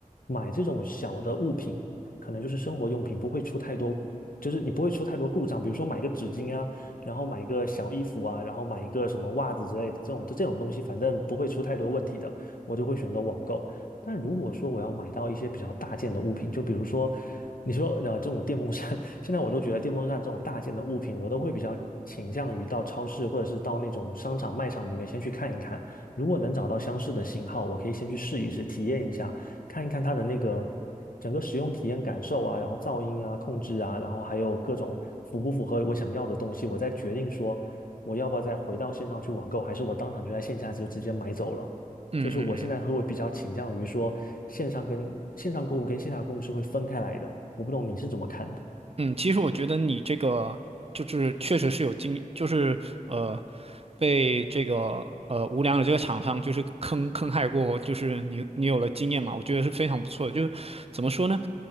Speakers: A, on the left; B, on the right.
A: 买这种小的物品，可能就是生活用品，不会出太多，就是你不会出太多故障，比如说买个纸巾啊，然后买一个小衣服啊，然后买一个什么袜子之类的这种这种东西，反正不会出太多问题的，我就会选择网购。但如果说我要买到一些比较大件的物品，就比如说。你说呃这种电风扇，<laughs> 现在我都觉得电风扇这种大件的物品，我都会比较倾向于到超市或者是到那种商场卖场里面先去看一看。如果能找到相似的型号，我可以先去试一试，体验一下，看一看它的那个整个使用体验感受啊，然后噪音啊、控制啊，然后还有各种符不符合我想要的东西，我再决定说我要不要再回到线上去网购，还是我当场就在线下就直接买走了。
B: 嗯嗯嗯。
A: 就是我现在会比较倾向于说线上跟线上购物跟线下购物是会分开来的，我不懂你是怎么看的？
B: 嗯，其实我觉得你这个就是确实是有经，就是呃，被这个呃无良的这个厂商就是坑坑害过就是你你有了经验嘛，我觉得是非常不错的。就是怎么说呢？